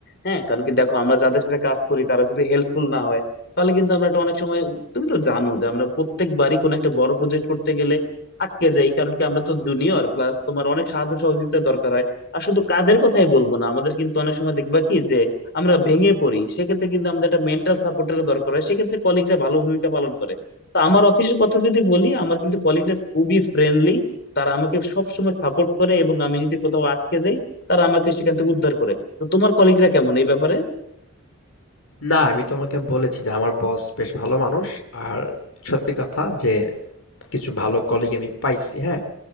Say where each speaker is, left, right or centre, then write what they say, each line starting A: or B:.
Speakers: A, on the left; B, on the left.
A: হ্যাঁ কারণ কি দেখো আমরা যাদের সাথে কাজ করি তারা যদি হেল্পফুল না হয় তাহলে কিন্তু আমরা একটা অনেক সময় তুমি তো জানো যে আমরা প্রত্যেকবারই কোনো একটা বড় প্রজেক্ট করতে গেলে আটকে যাই কারণ কি আমরা তো জুনিয়র প্লাস তোমার অনেক সাহায্য সহযোগিতা দরকার হয় আর শুধু কাজের কথাই বলবো না আমাদের কিন্তু অনেক সময় দেখবা কি যে আমরা ভেঙে পড়ি সেক্ষেত্রে কিন্তু আমাদের একটা মেন্টাল সাপোর্টেরও দরকার হয় সেক্ষেত্রে কলিগরা ভালো ভূমিকা পালন করে তো আমার অফিসের কথা যদি বলি আমার কিন্তু কলিগরা খুবই ফ্রেন্ডলি তারা আমাকে সবসময় সাপোর্ট করে এবং আমি যদি কোথাও আটকে যাই তারা আমাকে সেখান থেকে উদ্ধার করে তো তোমার কলিগরা কেমন এই ব্যাপারে
B: না, আমি তোমাকে বলেছি যে আমার বস বেশ ভালো মানুষ। আর সত্যি কথা যে কিছু ভালো কলিগ আমি পাইছি, হ্যাঁ?